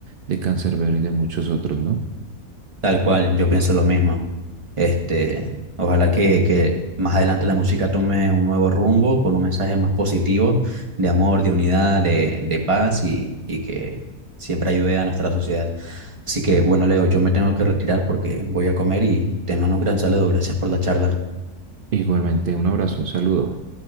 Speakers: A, on the right; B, on the right.
A: de Canserbero y de muchos otros, ¿no?
B: Tal cual, yo pienso lo mismo. Este, ojalá que, que más adelante la música tome un nuevo rumbo con un mensaje más positivo de amor, de unidad, de, de paz y, y que siempre ayude a nuestra sociedad. Así que, bueno, Leo, yo me tengo que retirar porque voy a comer y te mando un gran saludo. Gracias por la charla.
A: Igualmente, un abrazo, saludo.